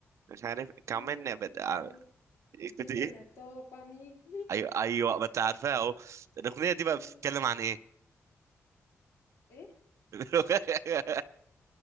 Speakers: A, on the right (about 75°); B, on the left (about 75°).
A: مش عارف كمان
B: مم.
A: بد...
B: ايه
A: آه،
B: تاني
A: كنت
B: ايه
A: ايه
B: تاني دوبامين
A: ايوه ايوه ما انت عارفها اهو الاغنيه دي بقى
B: <laughs> مم.
A: بتتكلم عن ايه
B: ايه
A: <laughs>